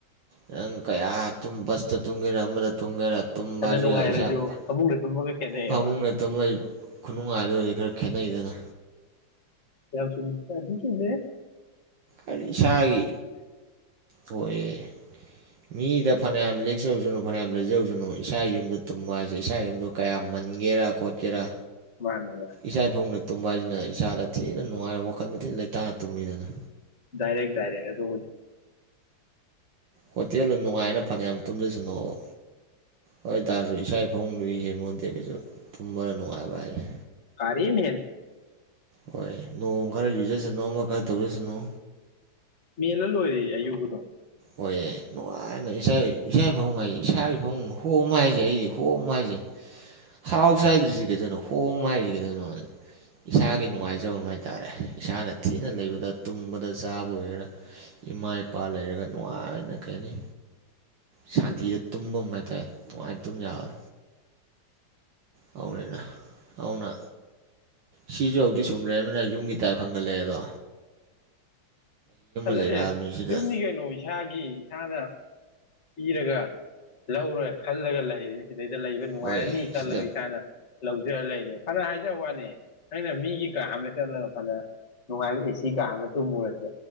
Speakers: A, on the right (about 70°); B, on the left (about 35°).
A: ꯅꯪ ꯀꯌꯥ ꯇꯨꯝ ꯕꯁꯇ ꯇꯨꯝꯒꯦꯔꯥ ꯑꯃꯗ ꯇꯨꯝꯒꯦꯔꯥ ꯇꯨꯝꯕ
B: ꯐꯅ
A: ꯍꯥꯏꯁꯨ
B: ꯅꯨꯡꯉꯥꯏꯔꯁꯨ
A: ꯌꯥꯏ ꯏꯁꯥ ꯐ
B: ꯐꯃꯨꯡꯗ ꯇꯨꯝꯕꯒ ꯈꯦꯠꯅꯩꯌꯦꯕ
A: ꯐꯃꯨꯡꯗ ꯇꯨꯝꯕꯩ ꯈꯨꯅꯨꯡꯉꯥꯏꯗꯨꯗꯩꯗꯤ ꯈꯔ ꯈꯦꯠꯅꯩꯗꯅ
B: ꯌꯥꯝ ꯆꯨꯝ <unintelligible> ꯆꯨꯝꯃꯦꯍꯦ
A: ꯑꯩ ꯏꯁꯥꯒꯤ ꯑꯣꯏꯌꯦ ꯃꯤꯒꯤꯗ ꯐꯅꯌꯥꯝ ꯂꯦꯛꯆꯔꯨꯁꯅꯨ ꯐꯅꯌꯥꯝ ꯂꯩꯖꯔꯨꯁꯅꯨ ꯏꯁꯥ ꯌꯨꯝꯗ ꯇꯨꯝꯕ ꯍꯥꯏꯁꯦ ꯏꯁꯥ ꯌꯨꯝꯗꯣ ꯀꯌꯥ ꯃꯟꯒꯦꯔꯥ ꯈꯣꯠꯀꯦꯔꯥ
B: ꯃꯥꯅꯦꯕ
A: ꯏꯁꯥꯒꯤ ꯐꯃꯨꯡꯗ ꯇꯨꯝꯕ ꯍꯥꯏꯁꯤꯅ ꯏꯁꯥꯗ ꯊꯤꯅ ꯅꯨꯡꯉꯥꯏꯕ ꯋꯥꯈꯟꯗꯣ ꯊꯤꯅ ꯂꯩꯇꯥꯅ ꯇꯨꯝꯃꯤꯗꯅ
B: ꯗꯥꯏꯔꯦꯛ ꯗꯥꯏꯔꯦꯛ ꯑꯗꯨꯅꯤ
A: ꯍꯣꯇꯦꯜꯗꯨ ꯅꯨꯡꯉꯥꯏꯅ ꯐꯅꯌꯥꯝ ꯇꯨꯝꯖꯁꯅꫭꯕ ꯍꯣꯏ ꯇꯥꯔꯁꯨ ꯏꯁꯥꯏ ꯐꯥꯃꯨꯡꯗꯨꯗꯩ ꯍꯦꯟꯄꫭꯟꯗꯦ ꯀꯩꯁꯨ ꯇꯨꯝꯕꯅ ꯅꯨꯡꯉꯥꯏꯕ ꯍꯥꯏꯔꯦ
B: ꯔꯤꯝ ꯍꯦꯟ
A: ꯍꯣꯏ ꯅꯣꯡ ꯈꯔ ꯌꯨꯖꯁꯅꯨ ꯑꯃ ꯈꯔ ꯇꯧꯖꯁꯅꯨ
B: ꯃꯦꯜꯂ ꯂꯣꯏꯔꯦ ꯑꯌꯨꯕꯗꯣ
A: ꯍꯣꯏꯑꯦ ꯅꯨꯡꯉꯥꯏꯅ ꯏꯁꯥꯏ ꯏꯁꯥꯏ ꯐꯃꯨꯡ ꯍꯥꯏꯁꯦ ꯏꯁꯥꯒꯤ ꯐꯃꯨꯡ ꯍꯣꯝ ꯍꯥꯏꯁꯦ ꯑꯩꯒꯤ ꯍꯣꯝ ꯍꯥꯏꯁꯦ ꯍꯥꯎꯁ ꯍꯥꯏꯗ‍꯭ꯔꯤꯁꯦ ꯀꯩꯗꫭꯏꯅꯣ ꯍꯣꯝ ꯍꯥꯏꯁꯦ ꯀꯩꯗꫭꯏꯅꯣ ꯑ ꯏꯁꯥꯒꯤ ꯅꯨꯡꯉꯥꯏꯖ <unintelligible> ꯍꯥꯏꯇꯥꯔꯦ ꯏꯁꯥꯅ ꯊꯤꯅ ꯂꯩꯕꯗ ꯇꯨꯝꯕꯗ ꯆꯥꯕꯗ ꯑꯣꯏꯒꯦꯔꯥ ꯏꯃꯥ ꯏꯄꯥ ꯂꯩꯔꯒ ꯅꯨꯡꯉꯥꯏꯅ ꯀꯩꯍꯥꯏꯅꯤ ꯁꯥꯟꯇꯤꯗ ꯇꯨꯝꯕꯝ ꯍꯥꯏꯇꯥꯔꯦ ꯅꯨꯡꯉꯥꯏꯅ ꯇꯨꯝꯌꯥꯕ ꯑꯧꯅꯤꯅ ꯑꯧꯅꯥ ꯁꯤꯁꯨ ꯍꯧꯗꯤ ꯁꯨꯝꯂꯩꯔꯕꯅꯤꯅ ꯁꯨꯝ ꯌꯨꯝꯒꯤ ꯇꯥꯏꯞ ꯈꯟꯒꯠꯂꯑꯦꯗꯣ
B: ꯑꯗ
A: ꯂꯩꯔꯛꯑꯕꯅꯤ
B: ꯑꯦ
A: ꯁꯤꯗ
B: ꯌꯨꯝꯗꯤ ꯀꯩꯅꯣ ꯏꯁꯥꯒꯤ ꯏꯁꯥꯅ ꯏꯔꯒ ꯂꯧꯔꯒ ꯈꯜꯂꯒ ꯂꯩꯔꯤꯅꯤ ꯁꯤꯗ ꯑꯗꯨꯗꯩꯗ ꯂꯩꯕ ꯅꯨꯡꯉꯥꯏꯔꯅꯤ
A: ꯍꯣꯏ ꯁꯤꯗ
B: ꯈꯜꯂꯒ ꯏꯁꯥꯅ ꯂꯧꯖꯔ ꯂꯩꯅꯦ ꯐꯅ ꯍꯥꯏꯖꯕ ꯋꯥꯅꯦ ꯑꯩꯅ ꯃꯤꯒꯤ ꯀꯥ ꯑꯝꯗ ꯆꯠꯂꯦꯒ ꯈꯜꯂꫭ ꯅꯨꯡꯉꯥꯏꯕ ꯑꯦ ꯁꯤ ꯁꯤ ꯀꯥ ꯑꯃ ꯇꯨꯝꯃꯨꯔꯁꯨ